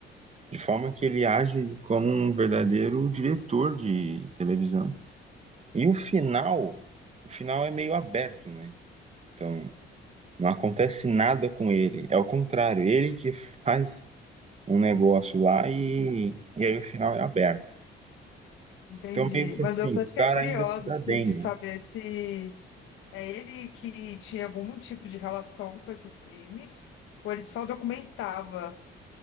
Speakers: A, on the right; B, on the left.
A: de forma que ele age como um verdadeiro diretor de televisão. E o final, o final é meio aberto, né? Então, não acontece nada com ele. É o contrário, ele que faz um negócio lá e, e aí o final é aberto.
B: Entendi.
A: Então, meio que
B: Mas
A: assim,
B: eu até
A: o
B: fiquei
A: cara
B: curiosa,
A: ainda se dá
B: assim,
A: bem,
B: de
A: né?
B: saber se é ele que tinha algum tipo de relação com esses crimes, ou ele só documentava